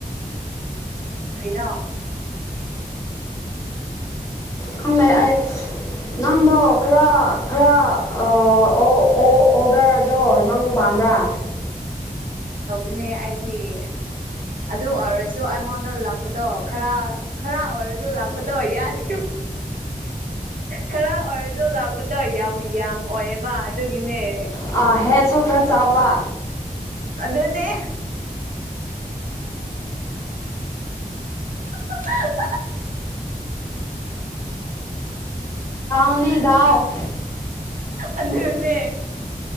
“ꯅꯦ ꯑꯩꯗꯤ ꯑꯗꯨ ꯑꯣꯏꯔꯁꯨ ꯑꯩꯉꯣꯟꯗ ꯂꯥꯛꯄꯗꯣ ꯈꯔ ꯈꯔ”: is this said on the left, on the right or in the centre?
Right